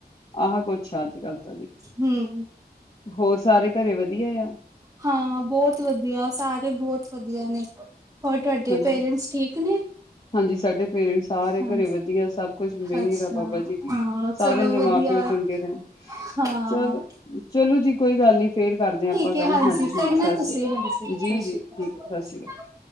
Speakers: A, on the left (about 35°); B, on the right (about 20°).
A: ਆਹਾ ਕੁਛ ਆ ਅੱਜ ਕੱਲ ਤਾਂ ਜੀ।
B: ਹਮ
A: ਹੋਰ ਸਾਰੇ ਘਰੇ ਵਧੀਆ ਆ?
B: ਹਾਂ ਬੋਤ ਵਦੀਆ, ਸਾਰੇ ਬੋਹੋਤ ਵਦੀਆ ਨੇ। ਹੋਰ ਤੁਹਾਡੇ
A: ਹਾਂਜੀ
B: ਪੇਰੈਂਟਸ ਠੀਕ ਨੇ?
A: ਹਾਂਜੀ ਸਾਡੇ ਪੇਰੈਂਟਸ, ਸਾਰੇ
B: ਹਾਂਜੀ
A: ਘਰੇ ਵਦੀਆ, ਸਭ ਕੁਛ ਮੇਹਰ
B: ਅੱਛਾ
A: ਆ ਬਾਬਾ ਜੀ ਦੀ।
B: ਹਾਂ
A: ਸਾਰੇਆਂ
B: ਚਲੋ
A: ਦੇ
B: ਵਧੀਆ
A: ਮਾਂ ਪਿਓ ਚੰਗੇ ਰੈਣ,
B: ਹਾਂ
A: ਚਲੋ, ਚਲੋ ਜੀ ਕੋਈ ਗੱਲ ਨੀ, ਫੇਰ ਕਰਦੇ ਆ ਆਪਾਂ।
B: ਕੇ,
A: ਗੱਲ
B: ਹਾਂਜੀ, ਕਰਨਾ
A: ਸਤਿ
B: ਏ ਤੁਸੀਂ,
A: ਸ੍ਰੀ ਅਕਾਲ
B: ਹਾਂਜੀ,
A: ਜੀ
B: ਸਸ਼ੀਕਾਲ।
A: ਜੀ ਠੀਕ ਹੈ ਸਤਿ ਸ਼੍ਰੀ ਅਕਾਲ